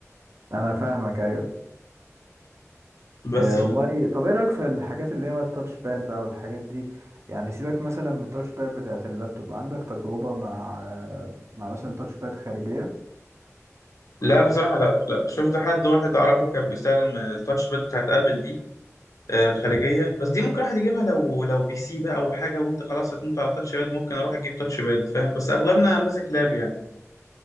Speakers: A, on the right; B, on the left.
A: انا فاهمك ايوه
B: بس
A: آه
B: ف...
A: والله طب ايه رايك في الحاجات اللي هي بقى التاتش باد بقى والحاجات دي يعني سيبك مثلا من التاتش باد بتاعت اللابتوب عندك تجربة مع مع مثلا تاتش باد خارجية
B: لا بصراحة لا لا شفت حد واحد أعرفه كان بيستخدم التاتش باد بتاعت آبل دي آه،
A: اوكي
B: خارجيه بس دي ممكن واحد يجيبها لو لو بي سي بقى او حاجه وانت خلاص هتموت على تاتش باد ممكن اروح اجيب تاتش باد فاهم بس اغلبنا ماسك لاب يعني